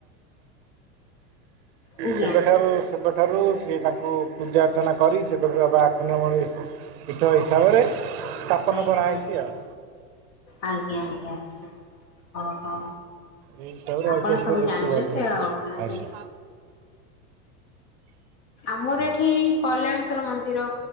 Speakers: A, on the left (about 55°); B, on the right (about 45°).
A: ଆଜ୍ଞା।
B: ସେବେଠାରୁ ସେବେ ଠାରୁ ସେଏ ତାଙ୍କୁ ପୂଜା ଅର୍ଚ୍ଚନା କରି ସେପଟ ବାବା ଆଖନମଣି ପୀଠ ହିସାବରେ ସ୍ଥାପନ
A: ଆଜ୍ଞା
B: କରାହେଇଛି ଆଉ।
A: ଆଜ୍ଞା ଆଜ୍ଞା ଆଜ୍ଞା ଓ ହୋ।
B: ଏଇ ହିସାବରେ
A: ଆପଣ
B: ଐତିହାସିକ
A: ସବୁ
B: ଲିପିବଦ୍ଧ
A: ଜାଣିଚନ୍ତି
B: ହେଇଛି
A: ଆଉ ନା
B: ଆଜ୍ଞା।
A: କି? ଆମର ଏଠି କଲ୍ୟାଣେଶ୍ଵର ମନ୍ଦିର